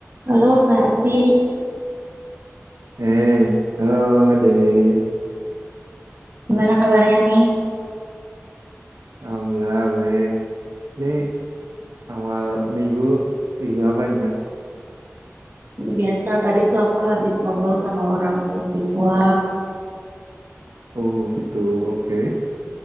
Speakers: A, on the right (about 45°); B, on the right (about 85°).
A: Halo Kak Arsi,
B: Hey, halo Deli.
A: gimana kabarnya nih?
B: Alhamdulillah baik. Ini awal minggu lagi ngapain nggak?
A: Ini biasa, tadi tuh aku habis ngobrol sama orang tua siswa.
B: Oh gitu, oke.